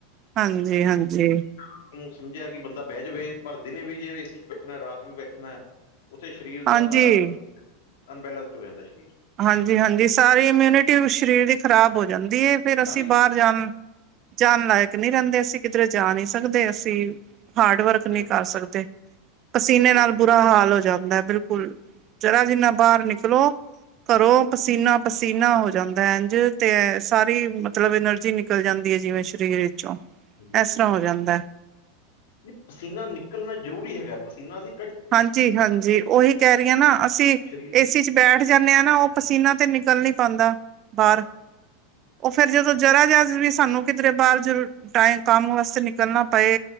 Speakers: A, on the right; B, on the left.
A: ਹਾਂਜੀ-ਹਾਂਜੀ।
B: ਰਾਤ ਨੂੰ ਸਮਝਿਆ ਕਿ ਬੰਦਾ ਬਹਿ ਜਾਵੇ ਪਰ ਦਿਨੇ ਵੀ ਜੇਵੇ ਏਸੀ ਚ ਬੈਠਣਾ ਰਾਤ ਵੀ ਬੈਠਣਾ। ਉੱਥੇ ਸਰੀਰ
A: ਹਾਂਜੀ
B: ਦਾ ਸਾਰਾ, ਅਨਬੈਲੈਂਸਡ ਹੋ ਜਾਂਦਾ ਸਰੀਰ।
A: ਹਾਂਜੀ-ਹਾਂਜੀ, ਸਾਰੀ ਇਮਿਊਨਿਟੀ ਸਰੀਰ ਦੀ ਖ਼ਰਾਬ ਹੋ ਜਾਂਦੀ ਹੈ ਫਿਰ ਅਸੀਂ
B: ਸਾਰੀ
A: ਬਾਹਰ ਜਾਣ। ਜਾਣ ਲਾਇਕ ਨੀ ਰਹਿੰਦੇ ਅਸੀਂ ਕਿੱਧਰੇ ਜਾ ਨੀ ਸਕਦੇ ਅਸੀਂ। ਹਾਰਡ ਵਰਕ ਨੀ
B: ਬਿਲਕੁਲ
A: ਕਰ ਸਕਦੇ, ਪਸੀਨੇ
B: ਬਿਲਕੁਲ
A: ਨਾਲ ਬੁਰਾ
B: ਜੀ
A: ਹਾਲ ਹੋ ਜਾਂਦਾ ਬਿਲਕੁਲ ਉਲ, ਜਰਾ ਜਿੰਨਾ ਬਾਹਰ ਨਿਕਲੋ, ਘਰੋ ਪਸੀਨਾ-ਪਸੀਨਾ ਹੋ ਜਾਂਦਾ ਇੰਝ ਤੇ ਸਾਰੀ ਮਤਲਬ ਐਨਰਜੀ ਨਿ ਨਿਕਲ ਜਾਂਦੀ ਐ ਜਿਵੇਂ ਸਰੀਰ ਵਿੱਚੋਂ।
B: ਬਿਲਕੁਲ
A: ਇਸ ਤਰ੍ਹਾਂ ਹੋ
B: ਜੀ,
A: ਜਾਂਦਾ
B: ਨਹੀ ਪਸੀਨਾ ਨਿਕਲਣਾ ਜ਼ਰੂਰੀ ਹੈਗਾ ਪਸੀਨਾ ਸੀ,
A: ਹਾਂਜੀ-ਹਾਂਜੀ, ਉਹੀ ਕਹਿ ਰਹੀ ਹਾਂ ਨਾ ਅਸੀਂ
B: ਸਰੀਰ
A: ਏਸੀ ਚ ਬੈਠ ਜਾਣੇ ਆ ਨਾ
B: ਦੇ
A: ਉਹ ਪਸੀਨਾ ਤੇ ਨਿਕਲ ਨੀ ਪਾਂਦਾ ਬਾਹਰ
B: ਹਾਂ
A: ਉਹ ਫੇਰ ਜਦੋਂ ਜਰਾ ਜਿਹਾ ਵੀ ਸਾਨੂੰ ਕਿੱਧਰੇ ਬਾਹਰ ਟਾਈਮ ਕੰਮ ਵਾਸਤੇ ਨਿਕਲਣਾ ਪਏ,